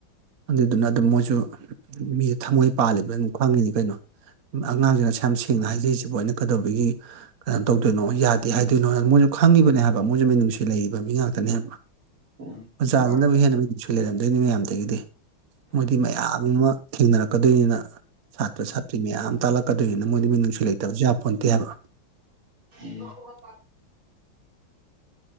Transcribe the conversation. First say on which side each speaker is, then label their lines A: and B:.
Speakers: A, on the right; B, on the right.
A: ꯑꯗꯨꯗꯨꯅ ꯑꯗꯨꯝ ꯃꯣꯏꯖꯨ ꯃꯤ ꯊꯃꯣꯏ ꯄꯥꯜꯂꯤꯕ <unintelligible> ꯈꯪꯉꯤꯅꯤ ꯀꯩꯅꯣ ꯑꯉꯥꯡꯁꯤꯅ ꯁꯨꯌꯥꯝ ꯁꯦꯡꯅ ꯍꯥꯏꯖꯩꯁꯤꯕꯨ ꯑꯅ ꯀꯗꯧꯕꯒꯤ ꯀꯩꯅꯣ ꯇꯧꯗꯣꯏꯅꯣ ꯌꯥꯗꯦ ꯍꯥꯏꯗꯣꯏꯅꯣ ꯃꯣꯏꯖꯨ ꯈꯪꯉꯤꯕꯅꯦ ꯍꯥꯏꯕ ꯃꯣꯏꯖꯨ ꯃꯤꯅꯨꯡꯁꯤ ꯂꯩꯔꯤꯕ ꯃꯤ ꯉꯥꯛꯇꯅꯦ ꯍꯥꯏꯕ
B: ꯎꯝ
A: ꯑꯣꯖꯥꯖꯤꯅꯕꯨ
B: ꯃꯥꯅꯦ
A: ꯍꯦꯟꯅ ꯃꯤꯅꯨꯡꯁꯤ ꯂꯩꯔꯝꯗꯣꯏꯅꯤ ꯃꯌꯥꯝꯗꯒꯤ ꯃꯣꯏꯗꯤ ꯃꯌꯥꯝ ꯑꯃ ꯊꯦꯡꯅꯔꯛꯀꯗꯣꯏꯅꯤꯅ ꯁꯥꯇ꯭ꯔ ꯁꯥꯇ꯭ꯔꯤ ꯃꯌꯥꯝ ꯇꯥꯛꯂꯛ ꯀꯗꯣꯏꯅꯤꯅ ꯃꯣꯏꯗꯤ ꯃꯤꯅꯨꯡꯁꯤ ꯂꯩꯇꯕꯖꯨ ꯌꯄꯣꯟꯇꯦ ꯍꯥꯏꯕ
B: <unintelligible>